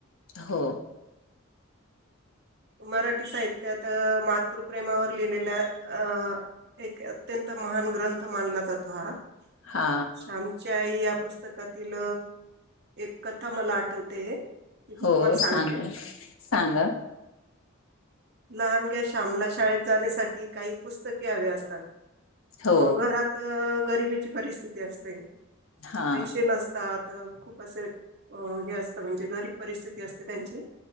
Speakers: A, on the left; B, on the right.
A: हो.
B: मराठी साहित्यात मातृप्रेमावर लिहिलेल्या अं. एक अत्यंत महान ग्रंथ मानला जातो हा,
A: हा
B: श्यामची आई. पुस्तकातील एक कथा मला आठवते. ती मी
A: हो
B: तुम्हाला सांगते.
A: सांगा सांगा
B: लहानग्या श्यामला शाळेत जाण्यासाठी काही पुस्तके हवे असतात. अ
A: हो
B: घरात गरिबीची परिस्थिती असते,
A: हा
B: पैसे नसतात. तर खूप असं अ हे असतं, म्हणजे गरीब परिस्थिती असते त्यांची.